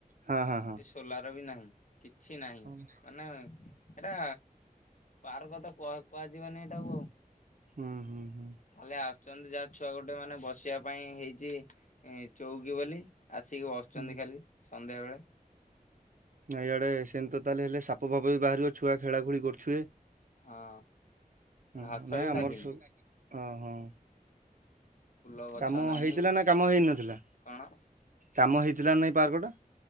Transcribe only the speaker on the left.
ସେ ସୋଲାର ବି ନାହିଁ କିଛି ନାହିଁ
ମାନେ ଏରା ପାର୍କ ତ କୁହ କୁହାଯିବନି ହେଟାକୁ ଆଉ।
ଖାଲି ଆସୁଛନ୍ତି ଯାହା ଛୁଆ ଗୋଟେ ମାନେ ବସିବା ପାଇଁ ହେଇଛି ଚଉକି ବୋଲି ଆସିକି ବସୁଛନ୍ତି
ଖାଲି ସନ୍ଧ୍ୟା ବେଳେ।
ହଁ।
ଘାସ
ବି
ଲାଗିନି
ଫୁଲ ଗଛ
ନାହିଁ
କଣ